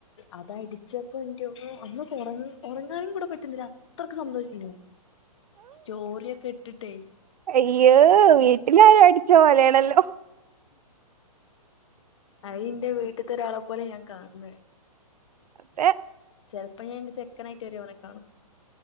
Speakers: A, on the left; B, on the right.
A: അത അടിച്ചപ്പോ എന്റെന്നും അന്നൊ ഉറങ്ങാനും കൂടെ പറ്റുന്നില്ല. അത്രക്കെ സന്തോഷേനു സ്റ്റോറിയൊക്കെ ഇട്ടിട്ടേ
B: അയ്യ വീട്ടിലാരോ അടിച്ചോ പോലയാണല്ലോ?
A: അയി എന്റെ വീട്ടത്തെ ഒരാളെപ്പോലെ ഞാൻ കാണണ്.
B: അതെ
A: ചെപ്പോ ഞാൻന്റെ സെക്കൻ ആയിട്ട് വരവനെ കാണും.